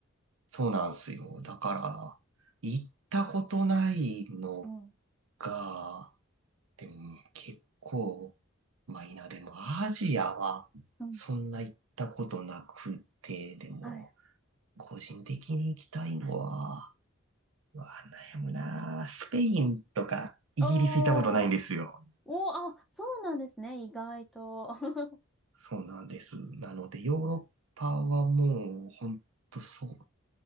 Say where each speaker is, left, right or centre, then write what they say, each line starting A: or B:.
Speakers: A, on the right; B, in the centre.
A: そうなんすよ。だから、行ったことないの
B: うん。
A: が、でも結構、まあいいな、でもアジアはそんな行ったことなくて、
B: うん。
A: でも、
B: はい。
A: 個人的に行きたいのは、うわ、悩むなぁスペインとかイギリス行ったことないんですよ。
B: おー。おー、あ、そうなんですね、意外と。<laughs>
A: そうなんです。なので、ヨーロッパはもう、ほんとそ